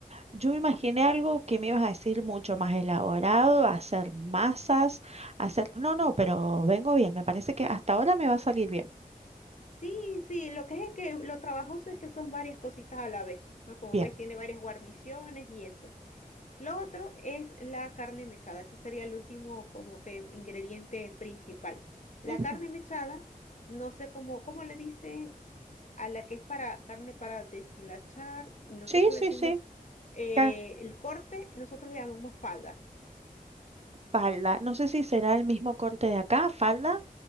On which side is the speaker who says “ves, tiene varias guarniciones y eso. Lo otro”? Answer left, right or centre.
Left